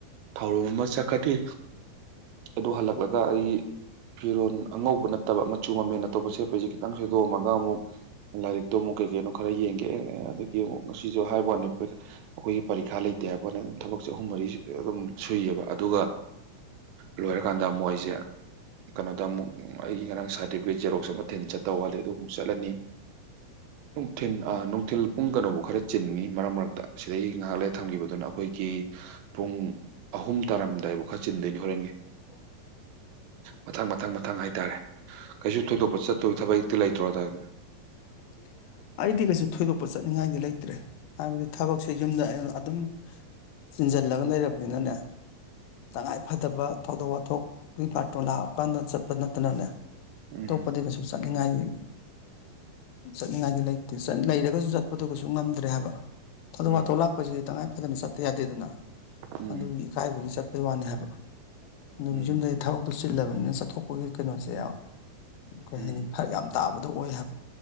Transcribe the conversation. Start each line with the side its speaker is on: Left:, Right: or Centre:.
Right: ꯊꯧꯔꯝ ꯃꯥ ꯆꯠꯀꯅꯤ ꯑꯗꯨ ꯍꯂꯛꯂꯒ ꯑꯩ ꯐꯤꯔꯣꯟ ꯑꯉꯧꯕ ꯅꯠꯇꯕ ꯃꯆꯨ ꯃꯃꯦꯟ ꯑꯇ‌ꯣꯞꯄ ꯁꯦꯠꯄꯖ‌ꯦ ꯇꯪ ꯁꯨꯗꯣꯑꯝꯃꯒ ꯑꯃꯨꯛ ꯂꯥꯏꯔꯤꯛꯇꯣ ꯃꯨꯛ ꯀꯩ ꯀꯩꯅꯣ ꯈꯔ ꯌꯦꯡꯒꯦ ꯑꯗꯒꯤ ꯑꯃꯨꯛ ꯉꯁꯤꯁꯨ ꯍꯥꯏꯕ ꯋꯥꯅꯤ <unintelligible> ꯑꯈꯣꯏꯒꯤ ꯄꯔꯤꯈꯥ ꯂꯩ ꯇ‌ꯦ ꯍꯥꯏꯕꯋꯅꯤ ꯊꯕꯛꯁꯦ ꯑꯍꯨꯝ ꯃꯔꯤ ꯑꯗꯨꯝ ꯁꯨꯏꯌ‌ꯦꯕ ꯑꯗꯨꯒ ꯂꯣꯏꯔꯀꯥꯟꯗ ꯑꯃꯨꯛ ꯑꯩꯖ‌ꯦ ꯀꯅꯣꯗ ꯑꯃꯨꯛ ꯑꯩꯒꯤ ꯉꯔꯥꯡ ꯁꯥꯗꯤꯕꯤ ꯖꯦꯔꯣꯛꯁ ꯑꯃꯥ ꯃꯊꯤꯟ ꯆꯠꯇꯧ ꯋꯥꯠꯂꯤ ꯑꯗꯨ ꯃꯨꯛ ꯆꯠꯂꯅꯤ ꯅꯨꯡꯊꯤꯟ ꯑꯥ ꯅꯨꯡꯊꯤꯜ ꯄꯨꯡ ꯀꯅꯣꯕ‌ꯣꯛ ꯈꯔ ꯆꯤꯟꯉꯤ ꯃꯔꯛ ꯃꯔꯛꯇ ꯁꯤꯗꯩ ꯉꯍꯥꯛ ꯂꯩꯔ ꯊꯝꯒꯤꯕꯗꯨꯅ ꯑꯈꯣꯏꯒꯤ ꯄꯨꯡ ꯑꯍꯨꯝ ꯇꯔꯝꯗꯥꯏꯕꯨ ꯈ ꯆꯤꯟꯗꯣꯏꯅ‌ꯦ ꯍꯣꯔꯦꯟꯒꯤ
Left: <inaudible>
Right: ꯃꯊꯪ ꯃꯊꯪ ꯃꯊꯪ ꯍꯥꯏꯇꯥꯔꯦ ꯀꯩꯁꯨ ꯊꯣꯏꯗꯣꯛꯄ ꯆꯠꯇꯣꯏ ꯊꯕꯛꯇꯤ ꯂꯩꯇ꯭ꯔꯣ ꯅ‌ꯪ
Left: <inaudible> ꯑꯩꯗꯤ ꯀꯩꯁꯨ ꯊꯣꯏꯗꯣꯛꯄ ꯆꯠꯅꯤꯡꯉꯥꯏꯗꯤ ꯂꯩꯇ꯭ꯔꯦ ꯍꯥꯏꯕꯗꯤ ꯊꯕꯛꯁꯦ ꯌꯨꯝꯗ ꯑꯩꯅ ꯑꯗꯨꯝ ꯆꯤꯟꯖꯜꯂꯒ ꯂꯩꯔꯕꯅꯤꯅꯅꯦ ꯇꯉꯥꯏ ꯐꯗꯕ ꯊꯧꯗꯣꯛ ꯋꯥꯊꯣꯛꯀꯤ ꯕꯥꯔꯇꯣꯟ ꯂꯥꯛꯑꯞ ꯀꯥꯟꯗ ꯆꯠꯄ ꯅꯠꯇꯅꯅꯦ
Right: ꯎꯝ
Left: ꯇꯣꯞꯄꯗꯤ ꯀꯁꯨ ꯖꯨ ꯆꯠꯅꯤꯉꯥꯏꯗꯤ ꯆꯠꯅꯤꯉꯥꯏꯗꯤ ꯂꯩꯇ‌ꯦ ꯆꯠ ꯂꯩꯔꯒꯖꯨ ꯆꯠꯄꯗ‌ꯣ ꯀꯁꯨ ꯉꯝ ꯗꯔ‌ꯦ ꯍꯥꯏꯕ ꯊꯥꯗꯣꯛ
Right: ꯎꯝ
Left: ꯋꯥꯊꯣꯛ ꯂꯥꯛꯄꯁꯤꯗꯤ ꯇꯉꯥꯏ ꯐꯗꯅ ꯆꯠꯇ ꯌꯥꯗꯦꯗꯅ
Right: ꯎꯝ
Left: ꯑꯗꯨꯒꯤꯅꯤ ꯀꯥꯏꯕꯒꯤ ꯆꯠꯄꯩ ꯋꯥꯅ‌ꯦ ꯍꯥꯏꯕ ꯑꯗꯨ
Right: ꯎꯝ
Left: ꯌꯨꯝꯗꯩ ꯊꯕꯛꯇꯨ ꯆꯤꯜꯂꯕꯅꯤꯅ ꯆꯊꯣꯛꯄꯒꯤ ꯀꯩꯅꯣꯁꯦ ꯀꯩ ꯍꯥꯏꯅꯤ
Right: ꯎꯝ
Left: ꯐꯔꯛ ꯌꯥꯝ ꯇꯥꯕꯗ‌ꯣ ꯑꯣꯏ ꯍꯥꯏꯕ